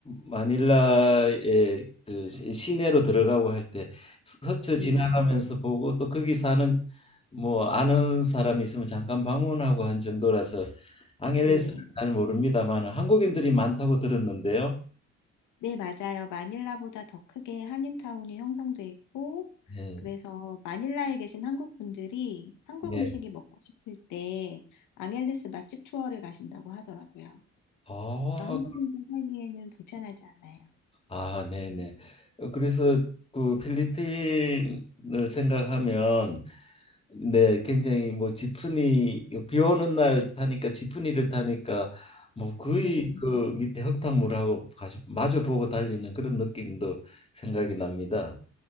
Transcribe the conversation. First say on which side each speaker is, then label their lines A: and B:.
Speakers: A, on the left; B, on the left.
A: 마닐라의 그 시- 시내로 들어가고 할 때 스쳐
B: 네,
A: 지나가면서 보고 또 거기 사는 뭐 아는 사람이 있으면 잠깐 방문하고 한 정도라서 앙헬레스는
B: 네.
A: 잘 모릅니다만 한국인들이 많다고 들었는데요.
B: 네, 맞아요. 마닐라보다 더 크게 한인타운이 형성돼 있고,
A: 네,
B: 그래서 마닐라에 계신 한국 분들이 한국
A: 네.
B: 음식이 먹고 싶을 때 앙헬레스 맛집 투어를 가신다고 하더라고요.
A: 아,
B: 그래서 한국인들 살기에는 불편하지 않아요.
A: 아, 네, 네. 그래서 그 필리핀을 생각하면 네, 굉장히 뭐 지프니 비 오는 날 타니까 지프니를 타니까 뭐 거의
B: 네.
A: 그 밑에 흙탕물하고 가시, 마주 보고 달리는 그런 느낌도 생각이 납니다.